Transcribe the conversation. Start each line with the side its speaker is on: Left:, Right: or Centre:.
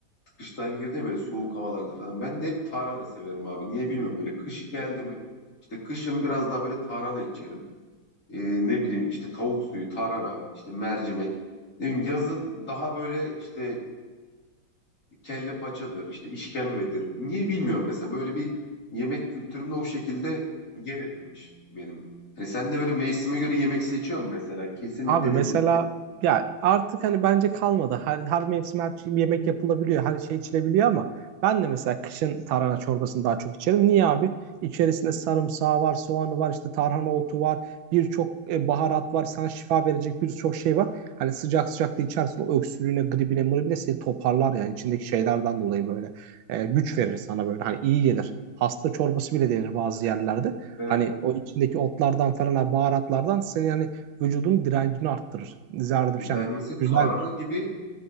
Left: kıştan girdi ya böyle soğuk havalarda falan. Ben de hep tarhana severim abi. Niye bilmiyorum böyle kış geldi mi işte kışın biraz daha böyle tarhana içerim. Ee, ne bileyim işte tavuk suyu, tarhana, işte mercimek. Ne bileyim, yazın daha böyle işte kelle paçadır, işte işkembedir. Niye bilmiyorum mesela böyle bir yemek kültürümde o şekilde yer edinmiş benim. Hani sen de böyle mevsime göre yemek seçiyor musun mesela? Kesinlikle
Right: Abi
Left: ne
Right: mesela
Left: bileyim.
Right: ya artık hani bence kalmadı. Her, her mevsim her şey, yemek yapılabiliyor. Her şey içilebiliyor ama ben de mesela kışın tarhana çorbasını daha çok içerim. Niye abi? İçerisinde sarımsağı var, soğanı var, işte tarhana otu var. Birçok e, baharat var. Sana şifa verecek birçok şey var. Hani sıcak sıcak da içersin o öksürüğüne, gribine, mıribine seni toparlar yani içindeki şeylerden dolayı böyle E, güç verir sana böyle. Hani iyi gelir. Hasta çorbası bile denir bazı yerlerde.
Left: Evet.
Right: Hani o içindeki otlardan falan, baharatlardan seni hani vücudun direncini arttırır. Zerdüşt
Left: Ya Ben
Right: yani
Left: mesela
Right: güzeldir.
Left: tarhana gibi